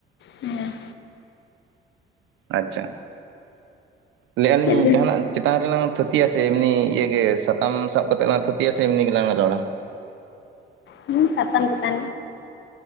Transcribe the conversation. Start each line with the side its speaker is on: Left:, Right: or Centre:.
Left: ᱦᱩᱸ
Right: ᱟᱪᱪᱷᱟ ᱞᱟᱹᱭᱮᱜ-ᱟ ᱞᱤᱧ
Left: ᱪᱮᱫ ᱵᱤᱱ
Right: ᱡᱟᱦᱟᱸ ᱱᱟᱜ ᱪᱮᱛᱟᱱ ᱨᱮᱞᱟᱝ ᱛᱷᱩᱛᱤᱭᱟ ᱥᱮ ᱮᱢᱱᱤ ᱤᱭᱟᱹ ᱜᱮ ᱥᱟᱛᱟᱢ ᱥᱟᱵ ᱠᱟᱛᱮᱜ ᱞᱟᱝ ᱛᱷᱩᱛᱤᱭᱟ ᱥᱮ ᱮᱢᱱᱤ ᱜᱮᱞᱟᱝ ᱨᱚᱲᱟ᱾
Left: ᱦᱩᱸ ᱥᱟᱛᱟᱢ ᱪᱮᱛᱟᱱ᱾